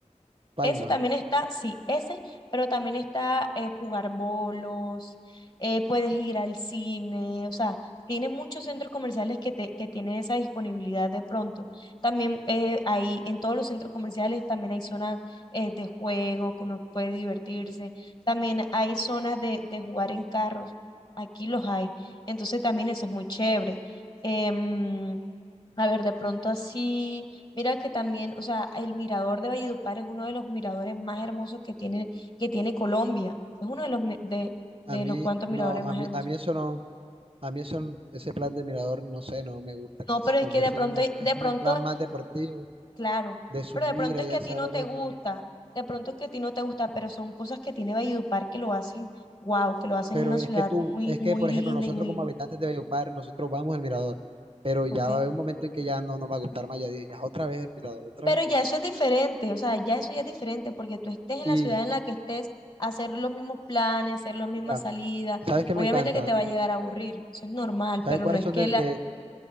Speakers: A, on the right; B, on the left.
A: paintball.
B: Eso también está, sí, ese, pero también está eh, jugar bolos, eh, puedes ir al cine, o sea, tiene muchos centros comerciales que, te, que tienen esa disponibilidad de pronto. También eh, hay, en todos los centros comerciales también hay zonas eh, de juego que uno puede divertirse, también hay zonas de, de jugar en carros, aquí los hay, entonces también eso es muy chévere. Em, a ver, de pronto así, mira que también, o sea, el mirador de Valledupar es uno de los miradores más hermosos que tiene, que tiene Colombia. Es uno de los mi- de, de
A: A mí,
B: los cuantos miradores
A: no,
B: más
A: a mí,
B: hermosos.
A: a mí eso no, a mí eso, n- ese plan de mirador, no sé, no me gusta casi,
B: No, pero es
A: porque
B: que
A: eso
B: de pronto,
A: como,
B: de
A: es como
B: pronto,
A: un plan más deportivo,
B: claro,
A: de subir
B: pero de pronto
A: allá
B: es que a
A: a esa
B: ti no
A: loma.
B: te gusta, de pronto es que a ti no te gusta, pero son cosas que tiene Valledupar que lo hacen, wow, que lo hacen
A: Pero
B: una
A: es
B: ciudad
A: que tú,
B: muy,
A: es
B: muy
A: que, por
B: linda
A: ejemplo, nosotros
B: y muy,
A: como habitantes de Valledupar, nosotros vamos al mirador, pero
B: ok.
A: ya va a haber un momento en que ya no nos va a gustar más, ya, di- ya otra vez el mirador, otra
B: Pero
A: vez el
B: ya
A: mirador.
B: eso es diferente, o sea, ya eso ya es diferente, porque tú estés en
A: Y
B: la ciudad en la que estés, hacer los mismos planes, hacer las mismas
A: mira,
B: salidas,
A: ¿sabes qué
B: obviamente
A: me encanta?
B: que te va a llegar a aburrir, eso es normal,
A: ¿Sabes
B: pero
A: cuáles
B: no es
A: son
B: que
A: de,
B: la,
A: de-